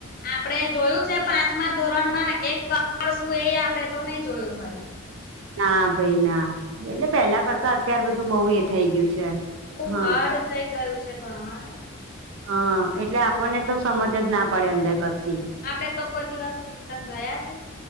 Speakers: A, on the left (about 40°); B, on the right (about 70°).
A: આપડે જોયું છે પાંચમા ધોરણમાં એક કરડ શું એ આપડે તો નઈ જોયું હોય
B: ના ભાઈ ના એટલે પેલા કરતા અત્યાર બધું બહુ એ થઇ ગયું છે
A: બઉ
B: હા
A: હાર્ડ થઇ ગયું છે ભણવાનું
B: હ એટલે આપણને તો સમજ જ ના પડે અંદર કશી
A: આપડે તો કોઈ દિવસ ટ્યુશન ગયા છે